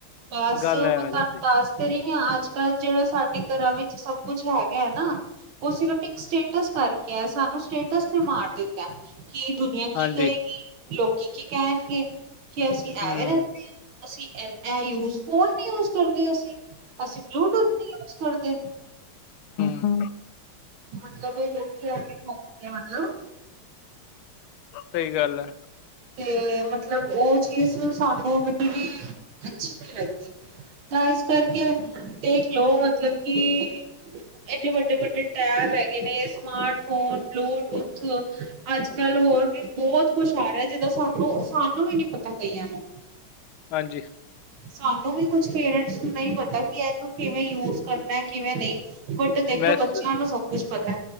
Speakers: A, on the right; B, on the left.
A: ਬਸ
B: ਗੱਲ ਇਹ
A: ਮੈਂ
B: ਆ
A: ਤੁਹਾਨੂੰ
B: ਜਾਂਦੀ
A: ਦਸ ਤੇ ਰਈ ਅੱਜ-ਕੱਲ੍ਹ ਜਿਹੜਾ ਸਾਡੇ ਘਰਾਂ ਵਿੱਚ ਸਭ ਕੁਛ ਹੈਗਾ ਹੈ ਨਾ ਉਹ ਸਿਰਫ ਇੱਕ ਸਟੇਟਸ ਕਰਕੇ ਆ ਸਾਨੂੰ ਸਟੇਟਸ ਤੇ ਮਾਰ ਦਿੱਤਾ ਕੀ ਦੁਨੀਆਂ ਕੀ
B: ਹਾਂਜੀ
A: ਕਹੇਗੀ, ਲੋਕੀ ਕੀ ਕਹਿਣਗੇ? ਕਿ ਅਸੀਂ
B: ਹਮ
A: ਐਵੇਂ ਰਹਿੰਦੇ ਆਂ, ਅਸੀਂ ਇਹ ਯੂਜ ਫੋਨ ਨੀ ਯੂਜ ਕਰਦੇ ਅਸੀਂ ਅਸੀਂ ਬਲੂਟੂਥ ਨੀ ਯੂਜ ਕਰਦੇ।
B: ਹਂ।
A: ਮਤਲਬ ਲੋਕੀ ਆ <unintelligible> ਆ ਮਤਲਬ
B: ਸਹੀ ਗੱਲ ਐ।
A: ਤੇ ਮਤਲਬ ਉਹ ਚੀਜ਼ ਸਾਨੂੰ ਬ ਵੀ ਅੱਛੀ ਨਈਂ ਲੱਗਦੀ। ਤਾਂ ਇਸ ਕਰਕੇ ਦੇਖਲੋ ਮਤਲਬ ਕਿ ਏਡੇ ਵੱਡੇ-ਵੱਡੇ ਟੈਬ ਹੈਗੇ ਨੇ, ਸਮਾਰਟਫੋਨ ਬਲੂਟੂਥ ਅੱਜ-ਕੱਲ੍ਹ ਹੋਰ ਵੀ ਬਹੁਤ ਕੁਛ ਆ ਰਿਹਾ ਜਿਦਾਂ ਸਾਨੂੰ ਸਾਨੂੰ ਵੀ ਨੀ ਪਤਾ ਕਹੀਆਂ ਨੂੰ।
B: ਹਾਂਜੀ।
A: ਸਾਨੂੰ ਵੀ ਕੁਛ ਪੇਰੈਂਟਸ ਨੂੰ ਨਈਂ ਪਤਾ ਕਿ ਇਹਨੂੰ ਕਿਵੇਂ ਯੂਜ ਕਰਨਾ ਕਿਵੇਂ ਨਈਂ। ਬਟ ਦੇਖਲੋ
B: ਬਸ
A: ਬੱਚਿਆਂ ਨੂੰ ਸਭ ਕੁਛ ਪਤਾ।